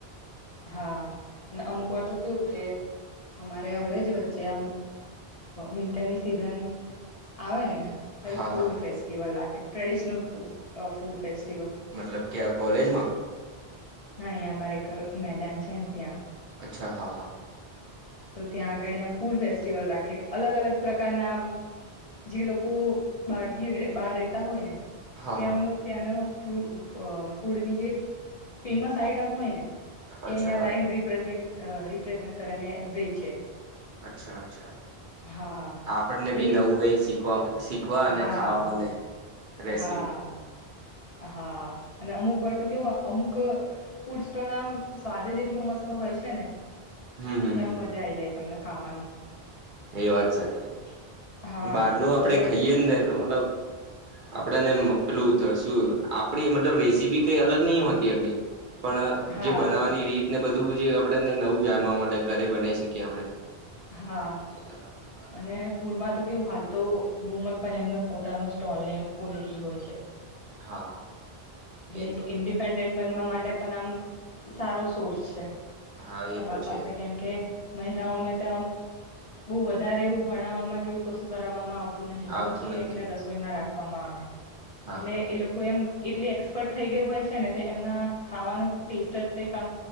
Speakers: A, on the left; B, on the right.
A: હા અને અમુક વાર તો કેવું કે અમારે અડે જ વચ્ચે આમ વિન્ટરની સિઝન આવે ને. ત્યારે
B: હા
A: ફૂડ
B: હા
A: ફેસ્ટિવલ રાખે ટ્રેડિશનલ ફ ફૂડ ફ
B: મતલબ કે આ કોલેજમાં?
A: ના અહીં અમારે એક મેદાન છે ને ત્યાં.
B: અચ્છા હા હા.
A: તો ત્યાં આગળ આમ ફૂડ ફેસ્ટિવલ રાખે અલગ અલગ પ્રકારનામ જે લોકો બહાર થી બહાર રેતા હોય ને.
B: હા
A: તે
B: હા
A: આમનું ત્યાંનો ફ ફૂડની જે ફેમસ આઈટમ હોય ને. એ
B: અચ્છા
A: અહંયા
B: હા
A: લાઈન રિપ્રેઝ રિપ્રેઝેન્ટ કરને વેચે.
B: અચ્છા અચ્છા
A: હા
B: આપણને
A: એટલે
B: બી નવું કઈક શીખવા શીખવા અને
A: હા
B: ખાવા મળે
A: હા
B: રેસીપી.
A: હા અને અમુક, વાર તો કેવું અમુક ફૂડ સ્ટોલ ના સ્વાદ જ એટલોું મસ્ત તો હોય છે, ને
B: હમ હમ
A: કેમ
B: હમ
A: મજા આઈ જાય તમને ખાવાની.
B: એ વાત સાચી,
A: હા
B: બહારનું આપડે
A: અને
B: ખાઈએ ને તો મતલબ આપડને પેલું શું આપડી મતલબ રેસીપી કઈ અલગ નહ હોતી એમની. પણ
A: હા
B: જે બનાવવાની રીતને બધું જે આપણેને નવું જાણવા મળે ઘરે બનાવી શકીએ આપણે.
A: હા.
B: <inaudible>
A: અને ફૂડમાં તો કેવું હાલ તો વુમન પણ એમનો પોતાનો સ્ટોલ ને એવ ખોલી રહી હોય છે.
B: હા
A: એટલે
B: એ
A: એક
B: તો
A: ઇન્ડિપેન્ડન્ટ બનવા માટે પણ આમ, સારો સોર્સ છે
B: હા
A: તમાર
B: એ તો છે
A: પાસે કેમકે. મહિલાઓને તો આમ, બહુ વધારે એવું ભણાવવામાં કે એવું કશું કરાવવામાં આવ ન
B: આવતું
A: મોલી
B: નથી
A: એમને રસોઈમાં રાખવામાં આવે,
B: હા
A: એટલે એ લોકો એમ એટલી એક્સપર્ટ થઈ ગયું હોય છે ને એમના ખાવાનું ટેસ્ટ જ કઈક આમ